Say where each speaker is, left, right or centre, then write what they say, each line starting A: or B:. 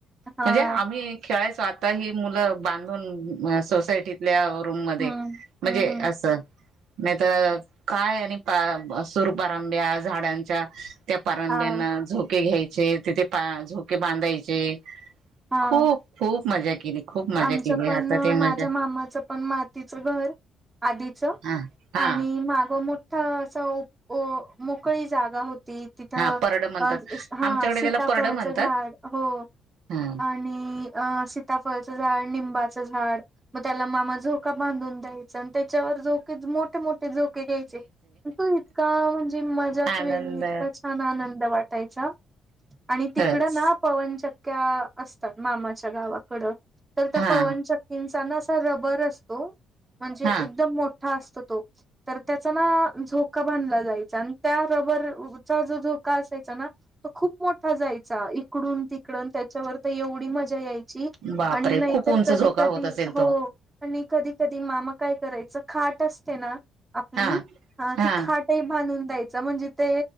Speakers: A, on the right; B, on the right.
A: हां.
B: म्हणजे आम्ही खेळाय. स्वतः ही मुलं बांधून सोसायटीतल्या रुम मध्ये
A: हम्म,
B: म्हणजे
A: हम्म, हम्म.
B: अस नाही तर काय सुरपारंब्या झाडांच्या त्या पारंब्याना
A: हा.
B: झोके घ्यायचे. तिथे पा झोके बांधायचे
A: हा,
B: खूप खूप मज्जा केली. खूप मजा
A: आमचं
B: केली
A: पण
B: आता ते
A: माझ्या
B: मजा
A: मामाचं पण मातीचं घर आधीच.
B: हा हा
A: आणि माग मोठा असा मोकळी जागा होती. तिथं
B: हा परड म्हणतात
A: हा
B: आमच्याकडे
A: सीताफळच
B: त्याला परड म्हणतात
A: झाड हो
B: हा
A: आणि सिताफळ. लिंबाचे झाड मग मामा त्याला झोका बांधून द्यायचा मग त्याच्यावर जर मोठे मोठे मोठे झोके घ्यायचे. तो इतका म्हणजे मजाच
B: आनंद
A: वेगळ इतका छान आनंद वाटायचा. अच्छ आणि तिकडं
B: खच
A: ना पवनचक्क्या असतात मामाच्या गावाकडं तर त्या
B: हा
A: पवनचक्कींचा ना असा रबर असतो म्हणजे
B: हा
A: एकदम मोठ मोठा असतो तो तर त्याचा ना झोका बांधला जायचा आणि त्या रबरचा जो झोका असायचा ना तो खूप मोठा जायचा इकडून तिकड त्याच्यावर तर एवढी मजा यायची.
B: बापरे
A: आणि नाहीतर
B: खूप उंच
A: कधी
B: झोका
A: कधी
B: होत असेल
A: हो
B: तो
A: आणि कधी कधी मामा काय. करायच खाट असते ना आपली
B: हा हा
A: ती खाटही बांधून द्यायच. म्हणजे ते